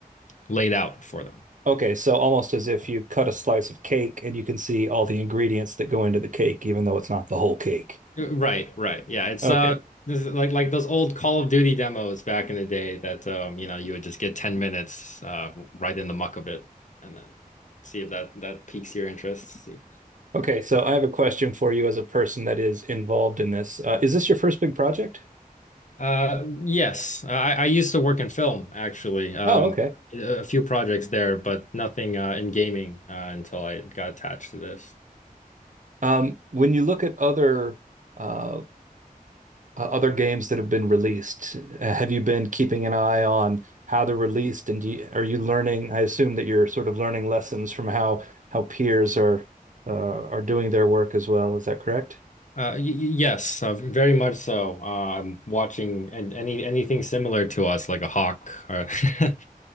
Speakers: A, on the left; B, on the right.
A: laid out for them.
B: Okay, so almost as if you cut a slice of cake and you can see all the ingredients that go into the cake, even though it's not the whole cake.
A: Right, right. Yeah, it's
B: Okay.
A: uh this is like like those old Call of Duty demos back in the day that um you know you would just get 10 minutes uh right in the muck of it and then see if that that piques your interest. See.
B: Okay, so I have a question for you as a person that is involved in this. Uh, is this your first big project?
A: Uh yes, I I used to work in film actually. Um
B: Oh, okay.
A: a few projects there but nothing uh in gaming uh until I got attached to this.
B: Um, when you look at other uh, uh, other games that have been released, uh, have you been keeping an eye on how they're released, and do you, are you learning? I assume that you're sort of learning lessons from how how peers are uh, are doing their work as well. Is that correct?
A: Uh y y- yes, uh, very much so. Uh, I'm watching and any anything similar to us like a hawk or <laughs>